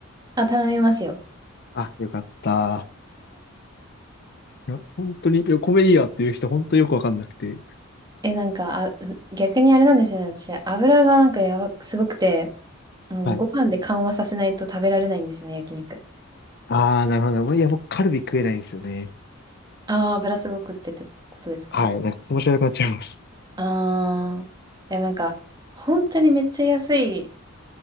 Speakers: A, on the right; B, on the left.
A: あ、頼みますよ。
B: あ、よかった。いや、本当に、いや米いいやっていう人本当よくわかんなくて。
A: え、なんか、あ、逆にあれなんですよね。私、油がなんかやば、すごくて、あの、
B: はい。
A: ご飯で緩和させないと食べられないんですよね、焼肉。
B: ああ、なるほど。いや、僕カルビ食えないんですよね。
A: ああ、油すごくってってことですか
B: はい。なんか気持ち悪くなっちゃいます。
A: ああー、いや、なんか、本当にめっちゃ安い